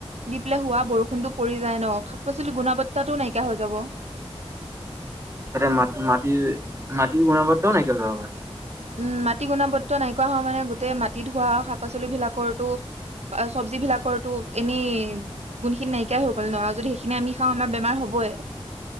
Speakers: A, on the right; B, on the right.
A: দি পেলাই হোৱা বৰষুণটো পৰি যায় ন শাক পাচলিৰ গুণাবত্তাটো নাইকীয়া হৈ যাব।
B: এতিয়া মাট মাটিৰ মাটিৰ গুণাবত্তাও নাইকীয়া হৈ যাব পাৰে।
A: উম মাটি গুণাবত্তাৰ নাইকোৱা হোৱা মানে গোটেই মাটি ধোৱা শাক পাচলিব বিলাকৰতো। অহ চব্জি বিলাকৰতো এনেই। গুণখিনি নাইকীয়াই হৈ গল ন আৰু যদি সেইখিনি আমি খাওঁ আমাৰ বেমাৰ হবই।